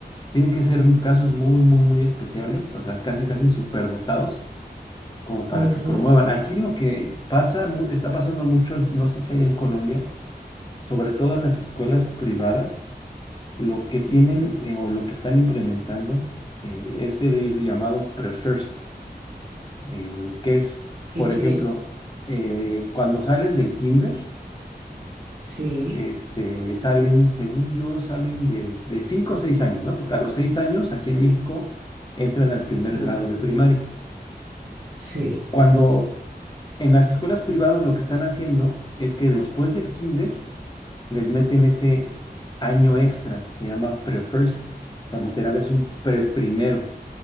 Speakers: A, on the left; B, on the right.
A: Tienen que ser casos muy, muy, muy especiales, o sea, casi, casi superdotados, como para
B: Ujú,
A: que promuevan. Aquí lo que pasa, mu- está pasando mucho, no sé si hay en Colombia, sobre todo en las escuelas privadas, lo que tienen
B: ujú.
A: eh, o lo que están implementando eh, es el llamado pre-first, eh, que es,
B: ¿Qué
A: por
B: quiere?
A: ejemplo, eh, cuando salen del kinder.
B: Sí.
A: este, salen, según yo, salen de, de 5 o 6 años, ¿no? Porque a los 6 años aquí en México entran al primer
B: mm,
A: grado de primaria.
B: Sí.
A: Cuando en las escuelas privadas lo que están haciendo es que después del kinder les meten ese año extra, se llama pre-first, o sea, literal es un pre-primero.